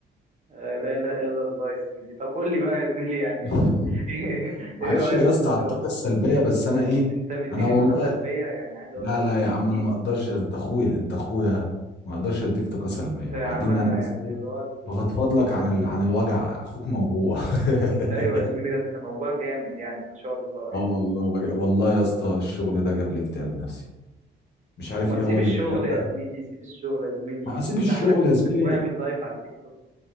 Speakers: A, on the right; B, on the left.
A: آه لا اله الا الله يا زميلي طب قول لي بقى يا زميلي يعني
B: <laughs>
A: <laughs>
B: معلش
A: ايه رأيك
B: يا اسطى
A: في الشغل
B: على الطاقه السلبيه بس انا ايه
A: انت مديني
B: انا والله
A: طاقة سلبية يعني عايز اقول
B: لا
A: لك
B: لا
A: ان ايه
B: يا عم
A: في
B: انا ما اقدرش انت اخويا انت اخويا ما اقدرش اديك طاقه سلبيه
A: انت يا
B: وبعدين
A: عم يعني
B: انا بس ايه
A: اللي هو
B: بفضفض لك عن ال... عن الوجع اخوك موجوع <laughs>
A: ايوه يا زميلي ده انت موضوع جامد يعني ما شاء الله يعني
B: اه والله وجع. والله يا اسطى الشغل ده جاب لي اكتئاب نفسي مش عارف
A: طب ما
B: ايه
A: تسيب
B: هو
A: الشغل
B: الاكتئاب
A: يا
B: ده
A: زميلي سيب الشغل يا زميلي
B: ما هسيب
A: وافتح
B: الشغل
A: لك
B: يا زميلي
A: واعمل لايف على التيك توك